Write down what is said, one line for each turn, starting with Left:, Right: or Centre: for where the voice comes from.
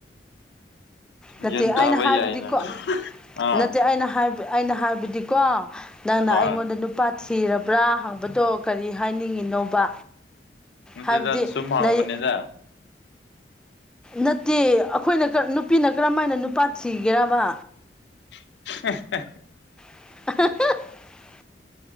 Centre: ꯅꯠꯇꯦ
Left: ꯒ꯭ꯌꯥꯟ ꯇꯥꯕ
Centre: ꯑꯩꯅ ꯍꯥꯏꯕꯗꯤꯀꯣ
Left: ꯌꯥꯏꯅ ꯑꯥ
Centre: ꯅꯠꯇꯦ ꯑꯩꯅ ꯍꯥꯏꯕ ꯑꯩꯅ ꯍꯥꯏꯕꯗꯤꯀꯣ ꯅꯪꯅ
Left: ꯍꯣꯏ
Centre: ꯑꯩꯉꯣꯟꯗ ꯅꯨꯄꯥ ꯊꯤꯔꯕ꯭ꯔꯥ ꯍꯪꯕꯗꯣ ꯀꯔꯤ ꯍꯥꯏꯅꯤꯡꯉꯤꯅꯣꯕ
Left: ꯅꯠꯇꯦꯗ
Centre: ꯍꯥꯏꯕꯗꯤ
Left: ꯁꯨꯝ ꯍꯥꯡꯕꯅꯤꯗ
Centre: ꯂꯩ ꯅꯠꯇꯦ ꯑꯩꯈꯣꯏꯅ ꯅꯨꯄꯤꯅ ꯀꯔꯝꯃ ꯍꯥꯏꯅ ꯅꯨꯄꯥ ꯊꯤꯒꯦꯔꯕ
Left: <inaudible>
Centre: <inaudible>